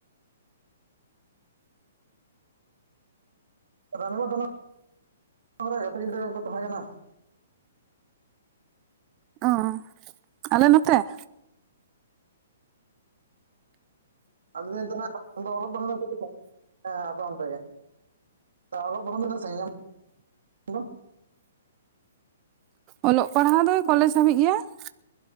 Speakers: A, on the right; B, on the right.
A: ᱨᱟᱱᱤᱵᱟᱱᱫ ᱚᱱᱟ ᱨᱮ ᱜᱟᱛᱮ ᱜᱤᱫᱽᱨᱟᱹ ᱠᱚᱠᱚ ᱛᱟᱦᱮᱸ ᱠᱟᱱᱟ ᱾
B: ᱚ ᱾ ᱟᱞᱮ ᱱᱚᱛᱮ?
A: ᱟᱨ ᱞᱟᱹᱭ ᱫᱟᱹᱧ ᱛᱟᱦᱞᱮ <unintelligible> ᱫᱚ ᱚᱞᱚᱜ ᱯᱟᱲᱷᱟᱣ ᱫᱚ, <unintelligible> ᱦᱮᱸ ᱟᱯᱮ ᱚᱱᱛᱮ ᱜᱮ ᱾ ᱚᱞᱚᱜ ᱯᱟᱲᱦᱟᱣ ᱫᱚ ᱛᱤᱱᱟᱹᱜ ᱥᱟᱺᱜᱤᱧ ᱟᱢ ᱫᱚ?
B: ᱚᱞᱚᱜ ᱯᱟᱲᱦᱟᱣ ᱫᱚ ᱠᱚᱞᱮᱡᱽ ᱦᱟᱹᱵᱤᱡ ᱜᱮ ᱾